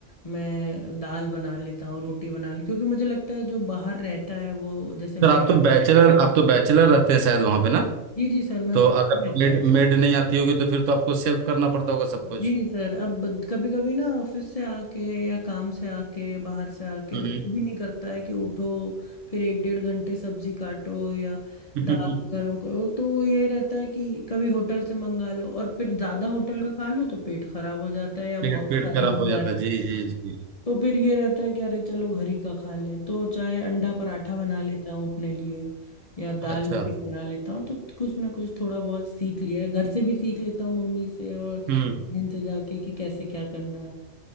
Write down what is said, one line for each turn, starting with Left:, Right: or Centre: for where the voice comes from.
Left: मैं दाल बना लेता हूँ रोटी बना ले क्योंकि मुझे लगता है जो बाहर रहता है वो जैसे मैं
Right: सर आप तो बैचलर आप तो बैचलर रहते हैं शायद वहां पे ना
Left: जी जी सर मैं
Right: तो
Left: अकेले
Right: अगर
Left: रहता
Right: मेड
Left: हूँ
Right: मेड नहीं आती होगी तो फिर तो आपको सेल्फ करना पड़ता होगा सब कुछ
Left: जी सर अब कभी कभी ना ऑफिस से आके या काम से आके बाहर से आके
Right: हम्म
Left: दिल भी नहीं करता है कि उठो फिर एक डेढ़ घंटे सब्जी काटो या
Right: <laughs>
Left: दाल गरम करो तो वो ये रहता है कि कभी होटल से मंगा लो और फिर ज़्यादा होटल का खा लो तो पेट खराब हो जाता है अब
Right: पेट
Left: और
Right: पेट
Left: सारी
Right: खराब
Left: बीमारी
Right: हो जाता है जी जी जी
Left: तो फिर ये रहता है कि अरे चलो घर ही का खा लें तो चाहे अंडा पराठा बना लेता हूँ अपने लिए या दाल
Right: अच्छा
Left: रोटी बना लेता हूँ तो कुछ ना कुछ थोड़ा बहुत सीख लिया है घर से भी सीख लेता हूँ मम्मी से और बहन
Right: हम्म
Left: से जाके कि कैसे क्या करना है